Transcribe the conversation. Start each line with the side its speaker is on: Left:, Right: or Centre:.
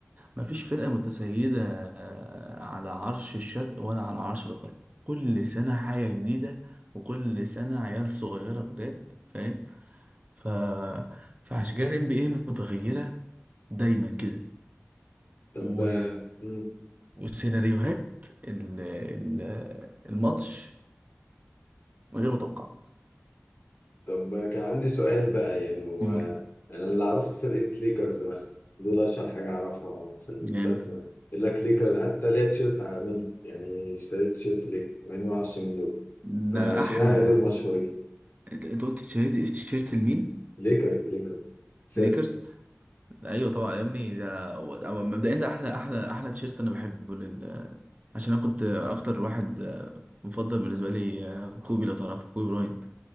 Right: مفيش فرقة متسيدة آه، على عرش الشرق ولا على عرش الغرب كل سنة حاجة جديدة وكل سنة عيال صغيرة جداد فاهم ف... فعشان كده ال NBA متغيرة دايما كده
Left: طب
Right: و...
Left: مم.
Right: والسيناريوهات ال... ال... الماتش غير متوقعة
Left: طب كان عندي سؤال بقى يعني هو
Right: قول
Left: انا اللي اعرفه فرقه ليكرز مثلا دول اشهر حاجه اعرفها في البسمه
Right: جامد
Left: يقول لك ليكرز حتى ليا تيشيرت منه يعني اشتريت تيشيرت ليكرز مع اني ما اعرفش مين دول
Right: ده
Left: فاشمعنى
Right: أحلى
Left: دول مشهورين
Right: أنت أنت قلت تيشيرت تيشيرت لمين؟
Left: ليكرز ليكرز فرق
Right: ليكرز ايوه طبعا يا ابني ده هو- أما مبدئيا ده احلى احلى احلى تيشيرت انا بحبه عشان انا كنت اكتر واحد آه، مفضل بالنسبه لي آه، كوبي لو تعرفه كوبي براينت